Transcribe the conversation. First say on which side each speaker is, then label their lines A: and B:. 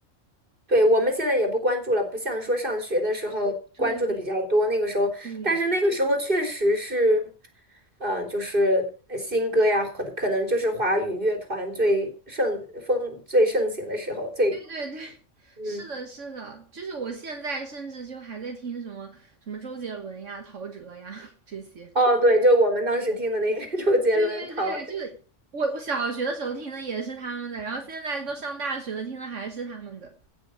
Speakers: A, on the right (about 45°); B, on the right (about 75°).
A: 对，我们现在也不关注了，不像说上学的时候关注的比较多，
B: 对对
A: 那个时候，
B: 对，
A: 但是那个时候确实是，呃，就是呃新歌呀，或者可能就是华语乐团最盛风最盛行的时候，最
B: 对对对，
A: 嗯，
B: 是的，是的，就是我现在甚至就还在听什么什么周杰伦呀、陶喆呀这些。
A: 哦，对，就我们当时听的那个
B: 对，
A: <laughs> 周杰伦、
B: 对对对，
A: 陶喆，
B: 就是我我小学的时候听的也是他们的，然后现在都上大学了，听的还是他们的。